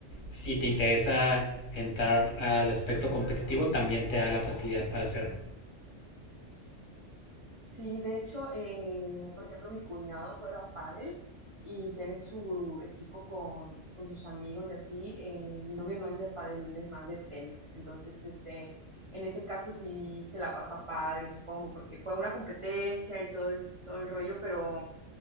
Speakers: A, on the left (about 85°); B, on the right (about 45°).
A: si te interesa entrar al aspecto competitivo, también te da la facilidad para hacerlo.
B: Sí, de hecho, eh, por ejemplo, mi cuñado juega pádel y tiene su equipo con, con sus amigos y así. eh, mi novio no es de pádel, él es más de tenis. Entonces, este, en ese caso sí se la pasa padre, supongo, porque fue una competencia y todo el, todo el rollo, pero